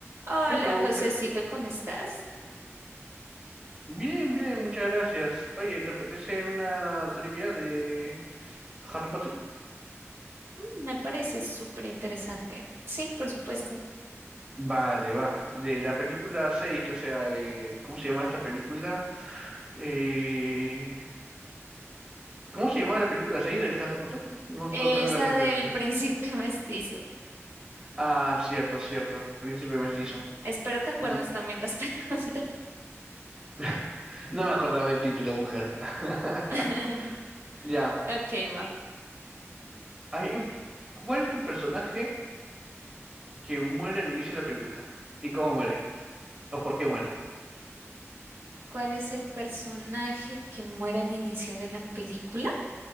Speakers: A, on the right (about 65°); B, on the right (about 20°).
A: Hola,
B: Hello,
A: Josecito,
B: hel-
A: ¿cómo estás?
B: Bien, bien, muchas gracias. Oye, ¿te apetece una trivia de Harry Potter?
A: Mm, Me parece súper interesante. Sí, por supuesto.
B: Vale, va. De la película 6, que sea, eh, ¿cómo se llama esta película? Eh, ¿cómo se llama la película 6 de Harry Potter? No lo
A: Es
B: tengo en
A: la
B: la mente
A: del
B: ahorita.
A: príncipe <laughs> mestizo.
B: Ah, cierto, cierto. Príncipe mestizo.
A: Espero te acuerdes
B: Y-
A: también las <laughs> preguntas.
B: <laughs> No me acordaba el título, mujer. <laughs>
A: <laughs>
B: Ya.
A: Ok, va.
B: Hay un- ¿Cuál es el personaje que muere al inicio de la película? ¿Y cómo muere? ¿O por qué muere?
A: ¿Cuál es el personaje que muere al inicio de la película?